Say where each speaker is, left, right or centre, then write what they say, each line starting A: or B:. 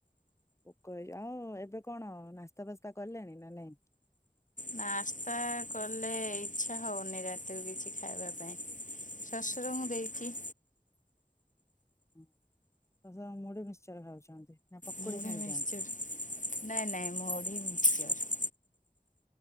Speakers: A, on the left; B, on the left.
A: ପୋକ ହେଇଯିବ ଆଉ ଏବେ କଣ ନାସ୍ତା ଫାସ୍ତା କଲେଣି ନା ନାଇଁ?
B: ନାସ୍ତା କଲେ ଇଚ୍ଛା ହଉନି ରାତିକୁ କିଛି ଖାଇବା ପାଇଁ। ଶ୍ଵଶୂରଙ୍କୁ ଦେଇକି
A: ହୁଁ ଶଶୁର ମୁଢ଼ି ମିକ୍ସଚର ଖାଉଛନ୍ତି ନା ପକୁଡି
B: ମୁଢ଼ି
A: ଛାଣିଛନ୍ତି?
B: ମିକ୍ସଚର ନାଇଁ ନାଇଁ ମୁଢି ମିକ୍ସଚର।